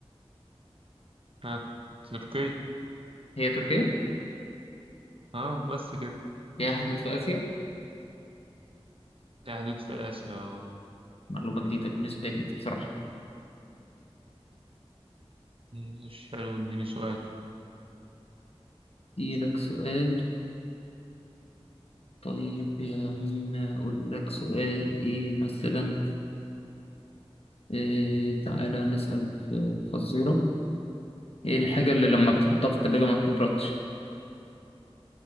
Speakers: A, on the right; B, on the left.
A: ها تركيا
B: هي تركيا
A: اه بس كده
B: ليها حدود في اسيا
A: دي حدود في آسيا اه
B: معلومة جديدة بالنسبة لي دي بصراحة
A: مش حلو اديني سؤال
B: دي لك سؤال طيب يا عم أقول لك سؤال إيه مثلا إيه تعالى نسأل في فزورة إيه الحاجة اللي لما بتحطها في التلاجة ما بتبردش؟